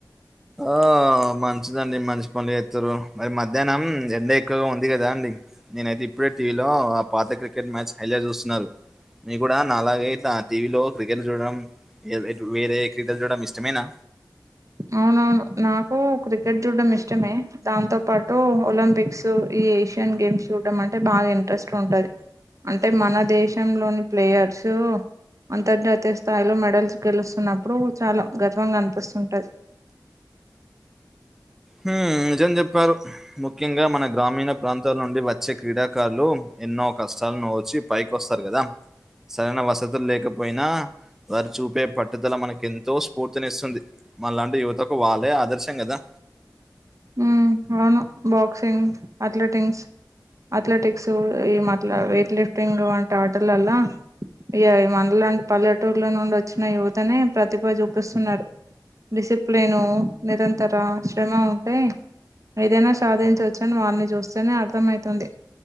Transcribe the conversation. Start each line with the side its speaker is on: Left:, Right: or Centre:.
Centre: ఆఁ మంచిదండి మంచి పనులు చెత్తుర్రు మరి మధ్యాహ్నం ఎండ ఎక్కువగా ఉంది కదా అండి నేనైతే ఇప్పుడే టీవీలో ఆ పాత క్రికెట్ మ్యాచ్ హైలైట్ చూసున్నారు నీ గుడా నలాగే ఇట్ల ఆ టీవీ లో క్రికెట్ చూడడం ఏ వేటు వేరే క్రీడలు చూడడం ఇష్టమేనా
Right: అవునవును నాకు క్రికెట్ చూడడం ఇష్టమే దాంతో పాటు ఒలింపిక్స్ టూ ఈ ఏషియన్ గేమ్స్ చూడం అంటే బాగా ఇంట్రెస్ట్ ఉంటాది అంటే మన దేశంలోని ప్లేయర్సు అంతర్జాతీయ స్థాయిలో మెడల్స్ గెలుస్తున్నప్పుడు చాలా గర్వంగ అనిపిస్తుంటది
Centre: హామ్మ్ఁ నిజం జెప్పారు ముఖ్యంగా మన గ్రామీణ ప్రాంతాల నుండి వచ్చే క్రీడాకారులు ఎన్నో కష్టాల్ను ఓర్చి పైకొస్తారు కదా సరైన వసతులు లేకపోయినా వారు చూపే పట్టుదల మనకిెంతో స్ఫూర్తినిస్తుంది మాలాంటి యువతకు వాళ్ళే ఆదర్శం కదా
Right: హ్మ్ఁ అవును బాక్సింగ్ అథ్లెటిగ్స్ అథ్లెటిక్స్ ఏమాట్ల వెయిట్ లిఫ్టింగ్ వంటి ఆటలల్లా ఇగ మనలాంటి పల్లెటూర్ల నుండి వచ్చిన యువతని ప్రతిభ చూపిస్తున్నారు డిసిప్లేన్ను నిరంతర శ్రమ అంటే ఏదైనా సాధించొచ్చు అని వారిని చూస్తేనే అర్థమైతుంది